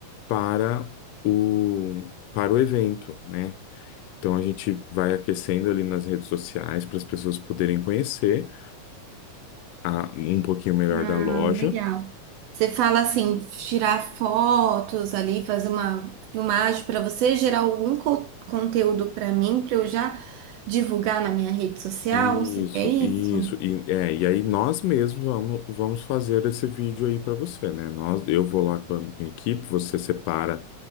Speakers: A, on the left; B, on the right.
A: para o, para o evento, né? Então a gente vai aquecendo ali nas redes sociais para as pessoas poderem conhecer a- um pouquinho melhor
B: Ah,
A: da loja.
B: legal. Você fala assim, tirar fotos ali, fazer uma filmagem para você gerar algum co- conteúdo para mim, para eu já divulgar na minha rede social,
A: Isso,
B: se é isso?
A: isso, e, é, e aí nós mesmos vamos, vamos fazer esse vídeo aí para você, né? Nós, eu vou lá com a minha equipe, você separa